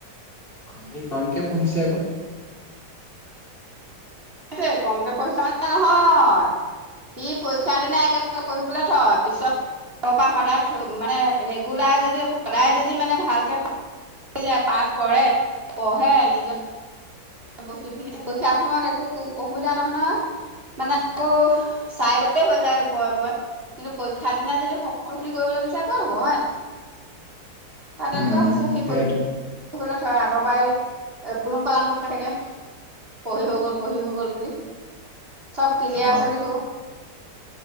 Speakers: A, on the left; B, on the right.
A: অ সি কমকে পঢ়িছে আক।
B: সেইটোৱে কমকে পঢ়ি <unintelligible> নহয়। সি পৰীক্ষাৰ দিনা একেলগে পঢ়িবলে থয় পিছত ত সদায় থৈ মানে ৰেগুলাৰ যদি সদায় যদি মানে ভালকে পা যে পাঠ কৰে পঢ়ে নিজ বস্তু খিনি পৰীক্ষা সময়ত একো অসুবিধা নহয় নহয় মানে আকৌ চাই গৈ হৈ যায় ওপৰে ওপৰে কিন্তু পৰীক্ষা দিনা যদি সকলোখিনি কৰিবলৈ বিচাৰা ক'ত হ'ব হয়। তা তেনেকুৱা
A: উম, উম,
B: হৈছে সি <unintelligible>
A: সেইয়েতো।
B: পঢ়িলে থয় আগৰ পৰাই এ পুলুং পালাং পাই থাকে, পঢ়ি হৈ গ'ল পঢ়ি হৈ গল বুলি। চব ক্লিয়াৰ
A: অ'
B: আছে বুলি ক'ব।